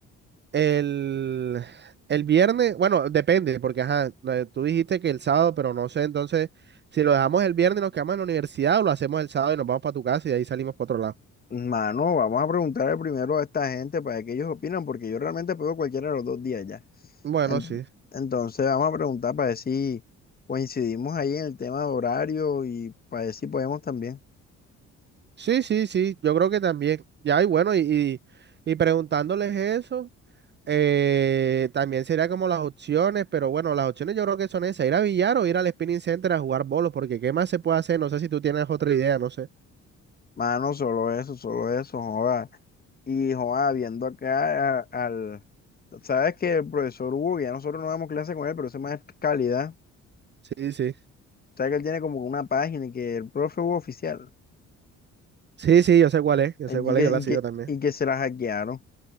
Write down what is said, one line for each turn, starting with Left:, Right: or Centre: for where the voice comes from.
Right: El, el viernes, bueno, depende, porque ajá, no, tú dijiste que el sábado, pero no sé, entonces, si lo dejamos el viernes, nos quedamos en la universidad o lo hacemos el sábado y nos vamos para tu casa y de ahí salimos para otro lado.
Left: Mano, vamos a preguntarle primero a esta gente para que ellos opinan, porque yo realmente pego cualquiera de los dos días ya.
Right: Bueno,
Left: En-
Right: sí.
Left: Entonces vamos a preguntar para ver si coincidimos ahí en el tema de horario y para ver si podemos también.
Right: Sí, sí, sí, yo creo que también. Ya, y bueno, y, y, y preguntándoles eso, eh, también sería como las opciones, pero bueno, las opciones yo creo que son esas, ir a billar o ir al spinning center a jugar bolos, porque ¿qué más se puede hacer? No sé si tú tienes otra idea, no sé.
Left: Mano, solo eso, solo eso, joda. Y joda, viendo acá a- al... Sabes que el profesor Hugo, que ya nosotros no damos clase con él, pero ese más es calidad.
Right: Sí, sí.
Left: Sabes que él tiene como una página y que el profe Hugo oficial
Right: Sí, sí, yo sé cuál es, yo
Left: y
Right: sé cuál
Left: que,
Right: es, yo la
Left: y
Right: sigo
Left: que,
Right: también.
Left: y que se la hackearon.